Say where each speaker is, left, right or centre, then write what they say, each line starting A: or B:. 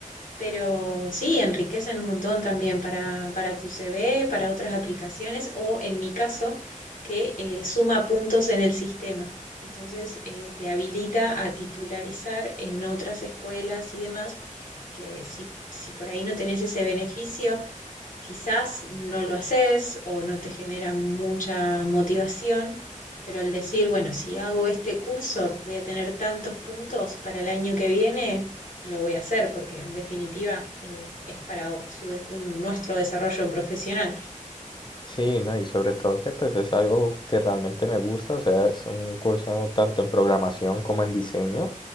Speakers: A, on the left; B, on the left.
A: Pero sí, enriquecen un montón también para, para tu CV, para otras aplicaciones o en mi caso, que eh, suma puntos en el sistema. Entonces, eh, te habilita a titularizar en otras escuelas y demás, que si, si por ahí no tenés ese beneficio, quizás no lo haces o no te genera mucha motivación, pero al decir, bueno, si hago este curso voy a tener tantos puntos para el año que viene, lo voy a hacer porque en definitiva eh, es para su de- un- nuestro desarrollo profesional.
B: Sí, ¿no? Y sobre todo que pues es algo que realmente me gusta, o sea, es un curso tanto en programación como en diseño.